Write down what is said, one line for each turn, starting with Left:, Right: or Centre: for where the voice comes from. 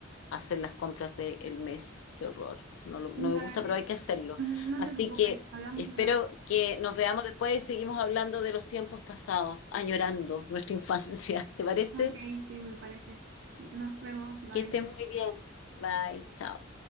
Left: hacer las compras del mes. Qué horror. No, lo-
Right: Dale,
Left: no me gusta, pero hay que hacerlo.
Right: Ujú, no
Left: Así
Right: te preocupes,
Left: que
Right: hablamos
Left: espero
Right: luego.
Left: que nos veamos después y seguimos hablando de los tiempos pasados, añorando nuestra infancia. <laughs> ¿Te parece?
Right: Ok, sí, me parece. Nos vemos, bye.
Left: Que estés muy bien. Bye, chao.